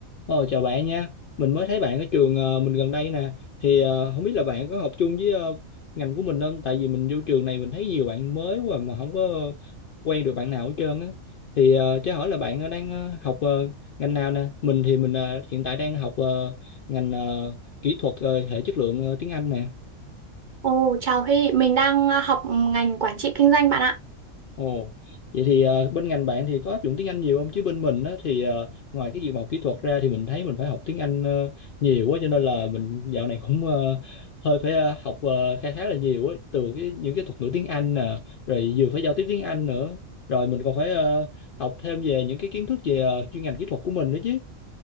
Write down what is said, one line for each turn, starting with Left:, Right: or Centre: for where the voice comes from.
Left: Ờ, chào bạn nha. Mình mới thấy bạn ở trường ờ, mình gần đây nè. Thì ờ, không biết là bạn có học chung với ờ, ngành của mình không? Tại vì mình vô trường này mình thấy nhiều bạn mới quá mà không có quen được bạn nào hết trơn á. Thì ờ, cho hỏi là bạn ờ, đang ờ, học ờ, ngành nào nè? Mình thì mình ờ, hiện tại đang học ờ, ngành ờ, kỹ thuật ờ, hệ chất lượng ờ, tiếng Anh nè.
Right: Ồ, chào Huy, mình đang ờ, học ngành quản trị kinh doanh bạn ạ.
Left: Ồ, vậy thì ờ, bên ngành bạn thì có áp dụng tiếng Anh nhiều không? Chứ bên mình á, thì ờ, ngoài cái dự màu kỹ thuật ra thì mình thấy mình phải học tiếng Anh ờ, nhiều quá cho nên là mình dạo này cũng ờ, hơi phải ờ, học ờ, khá khá là nhiều á từ cái những cái thuật ngữ tiếng Anh nè, rồi vừa phải giao tiếp tiếng Anh nữa, rồi mình còn phải ờ, học thêm về những cái kiến thức về ờ, chuyên ngành kỹ thuật của mình nữa chứ.